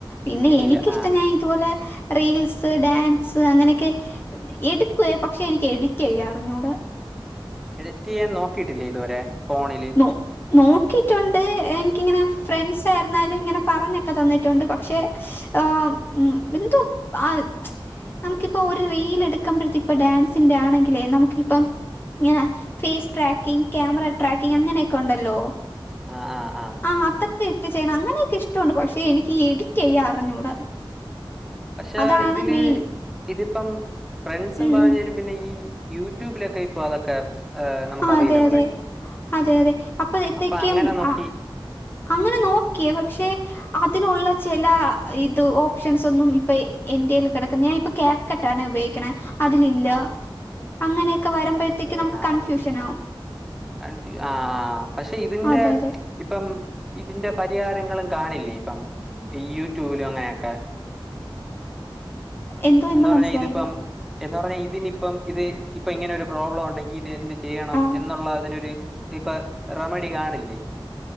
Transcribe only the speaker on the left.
പിന്നെ
എനിക്കിഷ്ടം
ഞാൻ ഇതുപോലെ - റീൽസ് ഡാൻസ് അങ്ങനെക്കെ എടുക്കുവേ പക്ഷെ എനിക്ക് എഡിറ്റ് ചെയ്യാൻ അറിഞ്ഞൂടാ
നോ- നോക്കിയിട്ടുണ്ട് എനിക്കിങ്ങനെ ഫ്രണ്സായിരുന്നാലും ഇങ്ങനെ പറഞ്ഞൊക്കെ തന്നിട്ടുണ്ട് പക്ഷേ- ആഹ് എന്തോ അത് - നമുക്കിപ്പം ഒരു റീൽ എടുക്കുമ്പഴത്തേക്ക് ഇപ്പം ഡാൻസിന്റെ ആണെങ്കിലേ നമുക്കിപ്പം- ഇങ്ങനെ ഫേസ് ട്രാക്കിങ് ക്യാമറ ട്രാക്കിങ് അങ്ങനെയൊക്കെ ഉണ്ടല്ലോ
ആഹ് അതൊക്കെ ഇട്ട് ചെയ്യണം അങ്ങനെയൊക്കെ ഇഷ്ട്ടവുണ്ട് പക്ഷെ എനിക്ക് ഈ എഡിറ്റ് ചെയ്യാൻ അറിഞ്ഞൂടാ
അതാണ്
മെയിൻ
ഉം
ഉം
ആ
അതെ അതെ
അതെ അതെ അപ്പഴത്തേക്കും
അ
അങ്ങനെ നോക്കിയേ പക്ഷെ അതിലുള്ള ചെല ഇത് ഓപ്ഷൻസ് ഒന്നും ഇപ്പൊ എന്റെതിൽ കെടക്കുന്ന ഞാൻ ഇപ്പൊ കാ - കെട്ടാനാ ഉപയോഗിക്കണേ അതിലില്ല
അങ്ങനെയൊക്കെ വരുമ്പോഴത്തേക്ക്‌
നമുക്ക്
കൺഫ്യൂഷൻ ആകും
അതെ അതെ
എന്തോ
എന്തോ
മനസ്സിലായില്ല
ആ